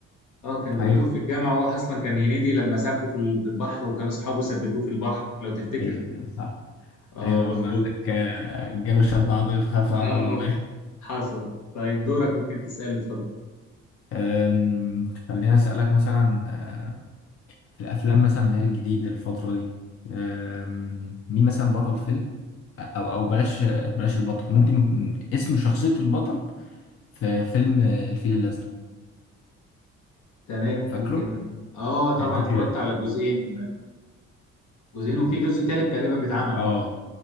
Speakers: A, on the left (about 75°); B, on the left (about 50°).
A: اه كان دكتور
B: ايوه
A: في الجامعة هو أصلا كان هنيدي لما سابقه في ال- في البحر وكان أصحابه ثبتوه في البحر لو تفتكر
B: ايوه ايوه صح
A: اه
B: ايوه لما
A: مظبوط
B: قال لك آه، جاله شد عضلي فخاف عضله
A: اه
B: يبان
A: حصل طيب دورك ممكن تسألني اتفضل
B: أم، خليني اسالك مثلا آه، في الافلام مثلا اللي هي الجديده الفتره دي أم، مين مثلا بطل فيلم او او بلاش بلاش البطل ممكن اسم شخصيه البطل في فيلم الفيل الازرق
A: تمام
B: فاكره
A: ممكن اه طبعا
B: هديك
A: اتفرجت على جزئين جزئين وفي جزء تالت تقريبا بيتعمل
B: اه